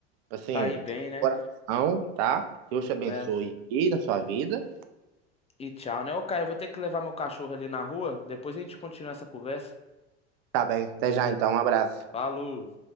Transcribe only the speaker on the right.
Assim,
coração, tá? Deus te abençoe
aí na sua vida.
Tá bem, até já então, um abraço.